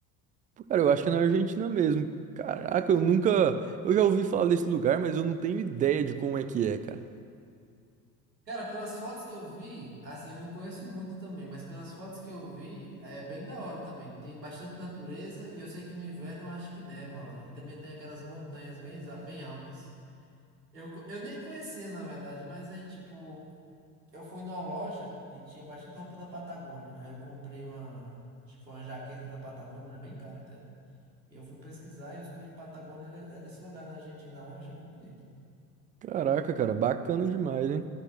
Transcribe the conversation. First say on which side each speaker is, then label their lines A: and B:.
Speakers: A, on the right; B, on the right.
A: Cara, eu acho que é na Argentina mesmo. Caraca, eu nunca. Eu já ouvi falar desse lugar, mas eu não tenho ideia de como é que é, cara.
B: Cara, pelas fotos que eu vi, assim, eu não conheço muito também, mas pelas fotos que eu vi, é bem da hora também. Tem bastante natureza e eu sei que no inverno eu acho que neva lá. E também tem aquelas montanhas bem, za- bem altas. Eu, co- eu nem conhecia, na verdade, mas aí, tipo. Eu fui numa loja e tinha bastante roupa da Patagônia. Aí eu comprei uma, acho que foi uma jaqueta da Patagônia, era bem cara até. E eu fui pesquisar e eu descobri que Patagônia era, era esse lugar na Argentina. lá, Eu achei muito bonito.
A: Caraca, cara, bacana demais, hein?